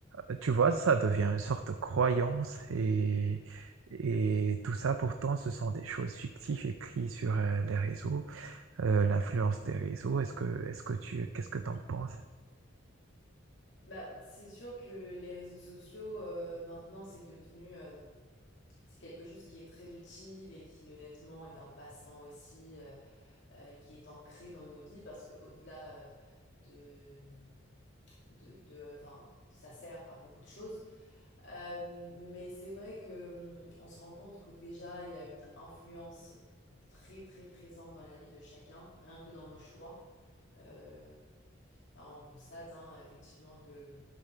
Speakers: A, on the right (about 80°); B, on the left (about 60°).
A: euh, tu vois, ça devient une sorte de croyance et, et tout ça, pourtant, ce sont des choses fictives écrites sur euh, les réseaux, Euh, l'influence des réseaux. Est-ce que, est-ce que tu, qu'est-ce que tu en penses?
B: bah, c'est sûr que les réseaux sociaux, euh, maintenant, c'est devenu, euh, c'est quelque chose qui est très utile et qui, honnêtement, est un passe-temps aussi, euh, euh, qui est ancré dans nos vies parce qu'au-delà, euh, de, de, de, enfin, ça sert à beaucoup de choses. Euh, mais c'est vrai que, hum, on se rend compte que déjà, il y a une influence très, très présente dans la vie de chacun, rien que dans nos choix. Euh, bah, on constate hein, effectivement que,